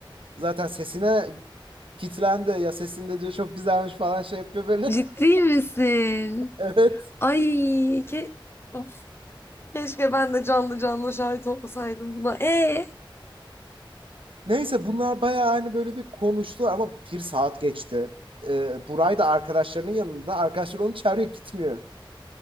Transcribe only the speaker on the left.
Ciddi
misin?
Ay ke of, keşke ben de canlı canlı şahit olsaydım buna. E